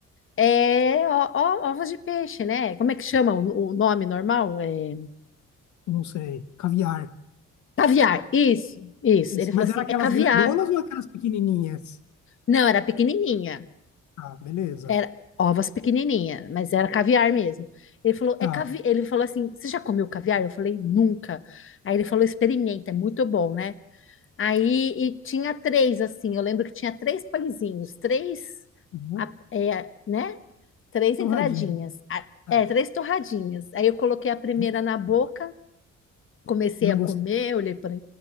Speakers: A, on the left (about 45°); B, on the left (about 70°).
A: É ó, ó, ovos de peixe, né? Como é que chama o, o nome normal? É,
B: Não sei. Caviar.
A: caviar. Isso, isso.
B: Isso.
A: Ele falou
B: Mas
A: assim:
B: era aquelas
A: É caviar.
B: grandonas ou aquelas pequenininhas?
A: Não, era pequenininha.
B: Ah, beleza.
A: Era ovas pequenininha, mas era caviar mesmo. Ele falou:
B: Tá.
A: É cavi... Ele falou assim: Você já comeu caviar? Eu falei: Nunca. Aí ele falou: Experimenta, é muito bom, né? Aí e tinha três, assim, eu lembro que tinha três pãezinhos, três,
B: Uhum.
A: a- é, né? Três
B: Torradinha.
A: entradinhas, a-
B: Tá.
A: é, três torradinhas. Aí eu coloquei a primeira
B: Né?
A: na boca, Comecei
B: Não
A: a comer,
B: gostei.
A: olhei para